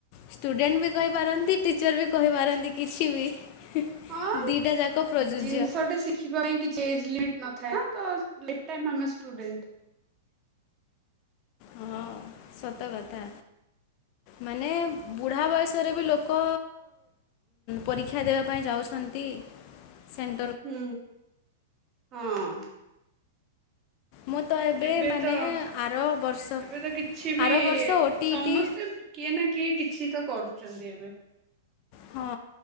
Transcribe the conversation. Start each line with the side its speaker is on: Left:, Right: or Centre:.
Left: ଷ୍ଟୁଡେଣ୍ଟ୍ ବି କହିପାରନ୍ତି ଟିଚର୍ ବି କହିପାରନ୍ତି କିଛି ବି। ହିଁ
Right: ହଁ
Left: -ଦିଟା ଯାକ ପ୍ରଯୁଜ୍ୟ।
Right: ଜିନିଷଟେ ଶିଖିବା ପାଇଁ କିଛି ଏଜ୍ ଲିମିଟ୍ ନଥାଏ ତ ଲିପ୍ ଟାଇମ୍ ଆମେ ଷ୍ଟୁଡେଣ୍ଟ୍।
Left: ହଁ ସତ କଥା। ମାନେ ବୁଢ଼ା ବୟସରେ ବି ଲୋକ ପରୀକ୍ଷା ଦେବା ପାଇଁ ଯାଉଛନ୍ତି ସେନ୍
Right: ହୁଁ। ହଁ
Left: ମୁଁ ତ
Right: ଏବେ
Left: ମାନେ
Right: ତ -ଏବେ
Left: ଆର ବର୍ଷ
Right: ତ କିଛି ବି
Left: ଆର ବର୍ଷ ଓ ଟି
Right: ସମସ୍ତେ
Left: ଇ ଟି
Right: କିଏ ନା କିଏ କିଛି ତ କରୁଚନ୍ତି ଏବେ।
Left: ହଁ